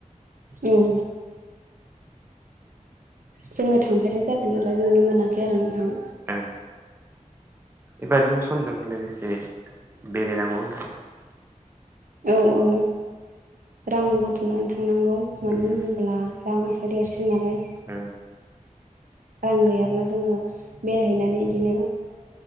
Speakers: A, on the right; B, on the right.
A: उम। जोंङो थांफेरनाय जायाखै नालाय नुनो मोनाखै आरो नोंथां।
B: ओ बेबादिनो समजों लोगोसे बेरायनांगौ नोंथां।
A: औ औ। रां बुथुमनानै थांनांगौ मानो
B: उम
A: होनोब्ला रांआसो देरसिन नालाय
B: ओ
A: रां गैयाब्ला जोङो बेरायहैनानै इदिनो